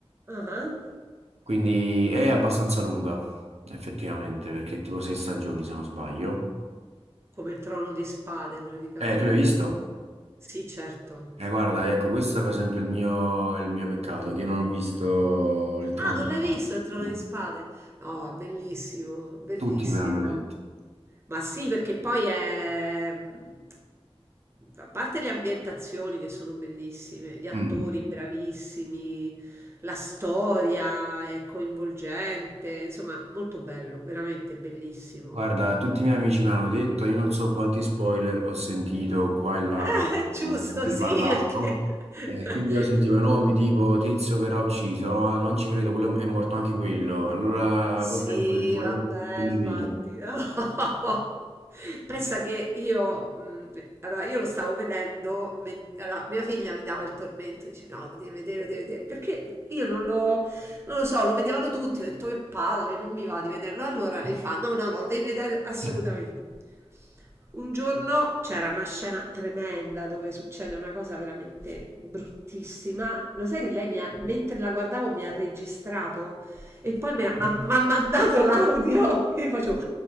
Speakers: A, on the right; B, on the right.
A: ah,
B: Quindi è abbastanza lunga, effettivamente, perché è tipo sei stagioni se non sbaglio.
A: Come il Trono di Spade praticamente.
B: Eh, tu l'hai visto?
A: Sì, certo.
B: Eh, guarda, ecco, questo è per esempio il mio, il mio peccato, che non ho visto il Trono
A: Ah, non
B: di Spade.
A: l'hai visto il Trono
B: No,
A: di Spade? No, è bellissimo, bellissimo.
B: Tutti me l'hanno detto.
A: Ma sì, perché poi è... mm, A parte le ambientazioni che sono bellissime, gli attori
B: Mm.
A: bravissimi, la storia è coinvolgente, insomma, molto bello, veramente bellissimo.
B: Guarda, tutti i miei amici mi hanno detto, io non so quanti spoiler ho sentito qua e là,
A: <laughs> Eh,
B: diciamo,
A: giusto,
B: mentre
A: sì,
B: parlavo.
A: perché <laughs>
B: E quindi io sentivo i nomi tipo Tizio verrà ucciso, no, "Ah, non ci credo, quello è morto anche quello. Allora
A: Sì,
B: col tempo ho detto, ma
A: vabbè,
B: io che mi
A: infatti.
B: vedo?
A: <laughs> Pensa che io, mh, allora, io lo stavo vedendo, men- allora, mia figlia mi dava il tormento, dice no, lo devi vedere, lo devi vedere, perché io non lo, non lo so, lo vedevano tutti, ho detto che palle, non mi va di vederlo, allora lei fa no, no, no, lo devi vedere assolutamente.
B: Eh,
A: Un giorno c'era una scena tremenda dove succede una cosa veramente bruttissima, lo sai che lei mi ha, mentre la guardavo mi ha registrato? E poi mi ha mi ha- mi ha mandato l'audio e io facevo